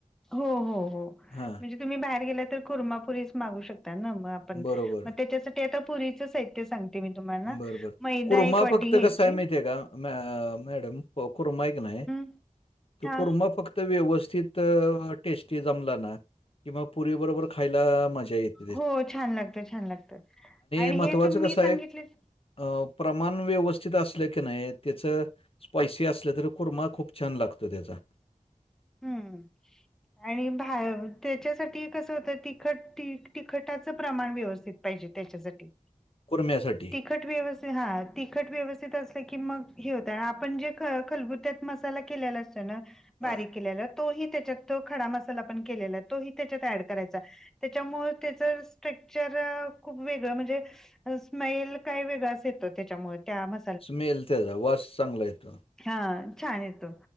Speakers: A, in the centre; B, on the left.
A: हो हो हो
B: हां.
A: म्हणजे. तुम्ही बाहेर गेला तर कूर्मापुरी मागू शकता ना मग आपण
B: बरोबर.
A: मग त्याच्यासाठी- ते आता पुरीच साहित्य सांगते मी तुम्हाला
B: बरं, बरं.
A: मैदा
B: कुर्मा
A: एक वाटी
B: फक्त
A: घ्याय-
B: कसा आहे माहिती आहे का मॅ मॅडम कुर्मा हाय क नाही
A: हम्म
B: तो
A: हा
B: कुर्मा फक्त व्यवस्थित- त टेस्टी जमला ना कि म पुरी बरोबर खायला मजा येत.
A: हो छान लागत छान लागत आणि
B: महत्वाचं
A: हे तुम्ही
B: कसं
A: मी
B: आहे
A: सांगितले-
B: अ प्रमाण व्यवस्थित असलं की नाही त्याचं. स्पायसी असल तर कुर्मा खूप छान लागतो त्याचा.
A: हम्म. आणि भा त्याच्यासाठी कसं होतं तिखट तिखटाचं प्रमाण व्यवस्थित- पाहिजे त्याच्यासाठी.
B: कुर्म्यासाठी.
A: तिखट व्यवस्थित हा तिखट व्यवस्थित असलं की मग हे होतं आपण जे खलगुत्यात मसाला केलेला अस- बारीक
B: हां.
A: केलेला तोही त्याच्यात खडा मसाला पण केलेला तोही त्याच्यात ऍड करायचा- त्याच्यामुळे त्याचं स्ट्रक्चर खूप वेगळं म्हणजे- स्माईल काही वेगळाच येतो त्याच्यामुळे त्या म-
B: स्मेल त्याचा वास चांगला येतो.
A: हा छान येतो